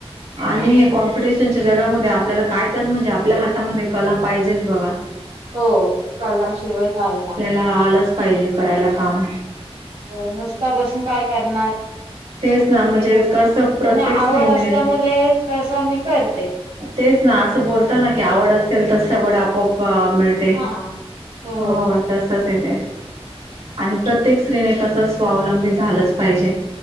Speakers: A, on the right; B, on the right.
A: आणि हे कॉम्पिटिशनच्या जगामध्ये आपल्याला काय तर म्हणजे आपल्या हातामध्ये कला पाहिजेच बघा.
B: हो. कलाशिवाय काय नाय.
A: हा आलंच पाहिजे करायला काम
B: हो नुसता बसून काय करणार?
A: तेच
B: कुठ
A: ना
B: तरी
A: म्हणजे
B: मन
A: कसं प्रत्येक
B: आणि
A: स्त्रीने
B: आवड असल्यामुळे कसं मी करते.
A: तेच ना असं बोलता ना की आवड असेल तस सवड आपोआप मिळ ते
B: हा हो
A: होय. तसच येते आणि प्रत्येक स्त्रीने कस स्वावलंबी झालंच पाहिजे.